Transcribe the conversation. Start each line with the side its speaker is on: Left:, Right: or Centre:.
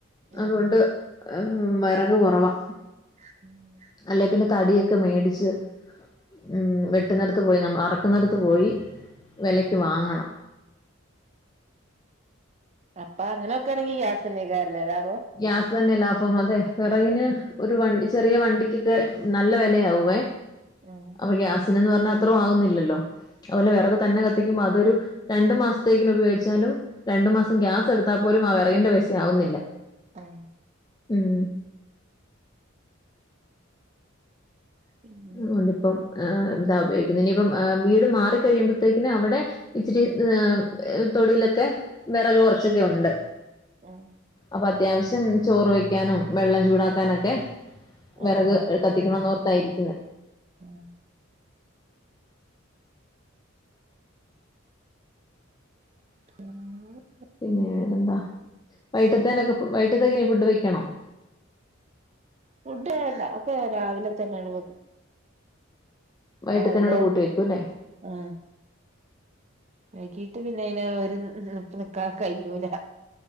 Left: അതുകൊണ്ട്
Right: ആഹ്
Left: എം വെറക് കൊറവാ.
Right: ഉം
Left: അല്ലെ പിന്നെ തടിയൊക്കെ മേടിച്ച് ഉം വെട്ടുന്നടുത്ത് പോയി നമ്മൾ അറക്കുന്നിടത്ത് പോയി വെലയ്ക്ക് വാങ്ങണം
Right: അപ്പ അങ്ങനോക്കാണെങ്കി ഈ ഗ്യാസല്ലെ <unintelligible> ലാഭോ
Left: ഗ്യാസ് തന്നെയ ലാഭം അതെ വെറകിന്
Right: ഉം
Left: ഒരു വണ്ടി ചെറിയ വണ്ടിക്കൊക്കെ നല്ല വെലയാകുവേ
Right: ഏഹ്
Left: പ്പ ഗ്യാസിന്‌ന്ന് പറഞ്ഞാ എത്രൊ ആകൊന്നില്ലല്ലോ അതുപോലെ വെറക് തന്നെ കത്തിക്കുമ്പൊ അതൊരു രണ്ടു മാസത്തേക്കിനു പയോഗിച്ചാലും രണ്ടു മാസം ഗ്യാസെടുത്താ പോലും ആ വെറകിന്റെ പൈസ ആവുന്നില്ല
Right: ആഹ്
Left: ഉം
Right: പിന്നെ
Left: അതു കൊണ്ടിപ്പം ഏ താ ഉപയോഗിക്കുന്നത്. ഇനിയിപ്പം ഏ വീട് മാറിക്ക ഴിയുമ്പോഴത്തേക്കിന് അവടെ ഇച്ചിരി ത്ഏ എ തൊടിലൊക്കെ വെറക് കൊർച്ചൊക്കെ ഉണ്ട്.
Right: ഏഹ്
Left: അപ്പത്യാവശ്യം ചോറ് വെക്കാനും വെള്ളം ചൂടാക്കാനൊക്കെ വെറക്
Right: അത് നടക്കും
Left: ഏട് കത്തിക്കണംന്നോർത്താ ഇരിക്കുന്നെ
Right: ആഹ് <inaudible>
Left: പിന്നെ വേറെന്താ? വൈട്ടത്തേ നൊക്കെ വൈട്ടത്തേക്കെനി ഫുഡ് വെക്കണോ?
Right: ഫുഡ് വേണ്ട ഒക്കെ രാവിലെ തന്നാണ് വെക്കും
Left: വൈകിട്ടത്തേനോട്
Right: രാവിലെ
Left: കൂട്ടി വെക്കൂല്ലേ
Right: ആഹ് വൈകീട്ട് പിന്നെ അയിന് ഒരു നിപ്പ് നിക്കാ കയ്യൂല